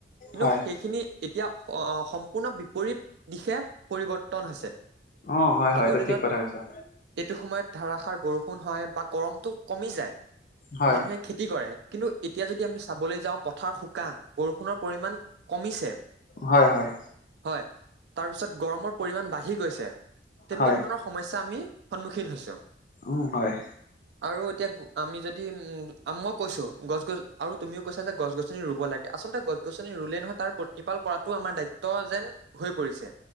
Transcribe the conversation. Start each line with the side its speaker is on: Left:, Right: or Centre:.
Right: কিন্তু
Left: হয়
Right: সেইখিনি এতিয়া সম্পূৰ্ণ বিপৰীত দিশে পৰিৱৰ্তন হৈছে।
Left: অ হয় হয়
Right: আগৰ
Left: এইটো
Right: দিনত
Left: ঠিক কথা কৈছা
Right: এইটো সময়ত ধাৰাসাৰ বৰষুণ হয় বা গৰমটো কমি যায়
Left: হয়
Right: মানুহে খেতি কৰে, কিন্তু এতিয়া যদি আমি চাবলৈ যাওঁ পথাৰ শুকান বৰষুণৰ পৰিমণ কমিছে।
Left: হয় হয়
Right: হয়। তাৰ পিছত গৰমৰ পৰিমণ বাঢ়ি গৈছে। তেনেকুৱা
Left: হয়
Right: ধৰণৰ সমস্যা আমি সন্মুখীন হৈছো।
Left: উম হয়
Right: আৰু এতিয়া আমি যদি উম মই কৈছো গছ আৰু তুমিও কৈছা যে গছ গছনি ৰুব লাগে। আচলতে গছ গছনি ৰুলেই নহয় তাৰ প্ৰতিপাল কৰাতটো আমাৰ দায়িত্ব যেন হৈ পৰিছে।